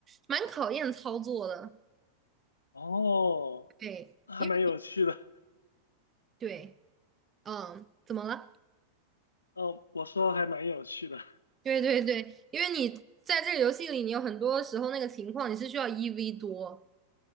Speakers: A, on the right (about 20°); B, on the left (about 75°).
A: 蛮考验操作的，
B: 哦，
A: 对，
B: 还蛮有趣的。
A: 因为对，嗯，怎么了？
B: 嗯，我说还蛮有趣的。
A: 对对对，因为你在这个游戏里，你有很多时候那个情况你是需要一 v 多。